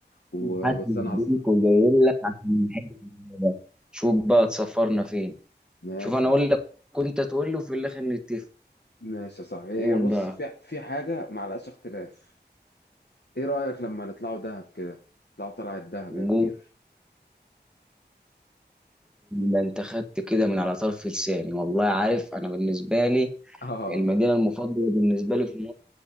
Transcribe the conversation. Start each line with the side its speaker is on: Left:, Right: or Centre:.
Left: وبس
Centre: حاسس بيك
Left: انا عز...
Centre: وجاي لك عشان نحل الموضوع ده. شوف بقى تسافرنا فين
Left: ماشي
Centre: شوف أنا أقول لك كنت تقول لي وفي الآخر نتفق
Left: ماشي يا صاحبي هي
Centre: قول
Left: بص
Centre: بقى
Left: في في حاجة معلقاش اختلاف ايه رأيك لما نطلعوا دهب كده نطلعوا طلعة دهب
Centre: قول.
Left: يا كبير
Centre: ده انت خدت كده من على طرف لساني والله عارف انا بالنسبه لي
Left: <laughs> اه
Centre: المدينه المفضله بالنسبه لي في مصر